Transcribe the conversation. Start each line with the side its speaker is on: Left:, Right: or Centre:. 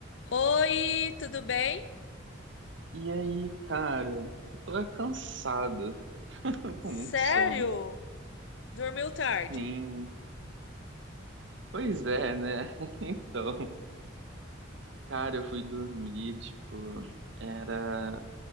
Left: Oi, tudo bem?
Right: E aí, cara, eu tô é cansado, <laughs>
Left: Sério?
Right: com muito sono.
Left: Dormiu tarde?
Right: Sim, pois é, né? <laughs> Então, cara, eu fui dormir, tipo, era.